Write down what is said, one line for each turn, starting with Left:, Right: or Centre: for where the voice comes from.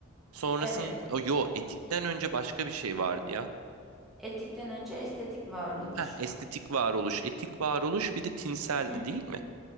Right: Sonrasında
Centre: evet.
Right: o, yo etikten önce başka bir şey vardı ya.
Centre: Etikten önce estetik varoluş
Right: Ha, estetik
Centre: var.
Right: varoluş, etik varoluş bir de tinseldi
Centre: Hı hı.
Right: değil mi?